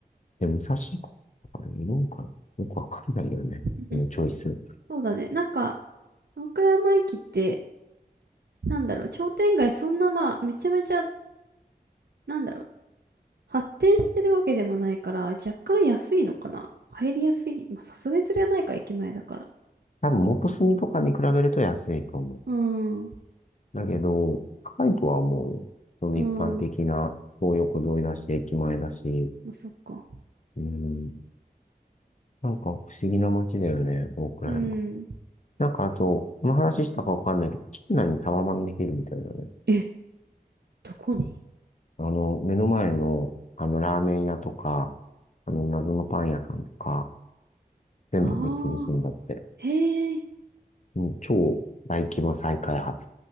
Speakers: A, on the left; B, on the right.
A: で、武蔵小杉とかいるんかなよくわかんないよね。
B: <laughs>
A: このチョイス。
B: そうだね。なんか、大倉山駅って、なんだろう、商店街そんなまあ、めちゃめちゃ、なんだろう、発展してるわけでもないから、若干安いのかな。入りやすい。まあさすがにそれはないか、駅前だから。
A: 多分元住とかに比べると安いと思う。
B: うん。う
A: だけど、高いとは思うよ。その一般的な東横沿いだし、
B: ん。
A: 駅前だし。
B: まあそっか。
A: うん。なんか不思議な街だよね、大倉山。
B: うん。
A: なんかあと、この話したかわかんないけど、キ内にタワマンできるみたいだね。
B: え、どこに
A: あの、目の前の、あの、ラーメン屋とか、あの、謎のパン屋さんとか、全部ぶっ潰すんだって。
B: ああー、へえ、
A: うん、超大規模再開発。